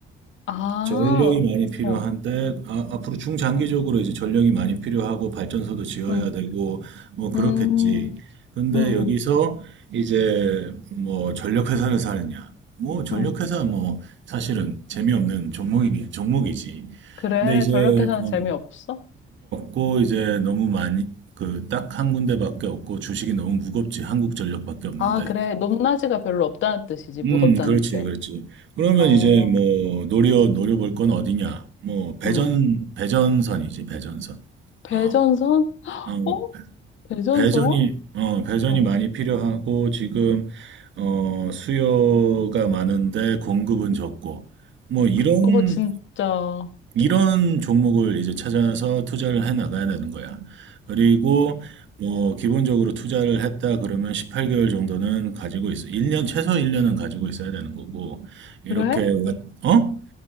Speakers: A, on the left (about 75°); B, on the right (about 70°).
A: 아,
B: 전력이 많이 필요한데
A: 어,
B: 아, 앞으로 중장기적으로 이제 전력이 많이 필요하고 발전소도 지어야
A: 응,
B: 되고 뭐 그렇겠지.
A: 음,
B: 근데
A: 응, 응,
B: 여기서 이제 뭐 전력 회사를 사느냐? 뭐 전력
A: 응.
B: 회사 뭐 사실은 재미없는 종목이 종목이지.
A: 그래.
B: 근데 이제
A: 전력 계산
B: 음,
A: 재미없어?
B: 재미없고 이제 너무 많이 그 딱 한 군데밖에 없고 주식이 너무 무겁지. 한국전력밖에 없는데.
A: 아, 그래. 높낮이가 별로 없다는 뜻이지.
B: 음,
A: 무겁다는
B: 그렇지,
A: 게.
B: 그렇지. 그러면
A: 어,
B: 이제 뭐 노려 노려볼 건 어디냐? 뭐 배전
A: 응.
B: 배전선이지, 배전선.
A: 배전선?
B: 어, 어,
A: 어? 배전선?
B: 배전이 어, 배전이
A: 어,
B: 많이 필요하고 지금 어, 수요가 많은데 공급은 적고 뭐 이런
A: 그거 진짜, 어,
B: 이런 종목을 이제 찾아서 투자를 해 나가야 되는 거야. 그리고 뭐 기본적으로 투자를 했다 그러면 18개월 정도는 가지고 있어. 1년 최소 1년은 가지고 있어야 되는 거고. 이렇게
A: 그래?
B: 왔- 어?